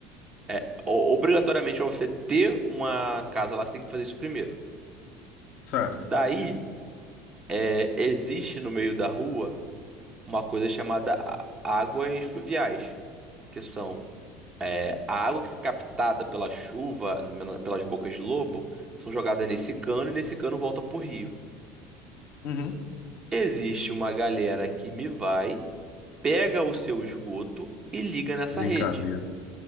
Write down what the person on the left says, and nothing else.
Certo.
Uhum.
Brincadeira.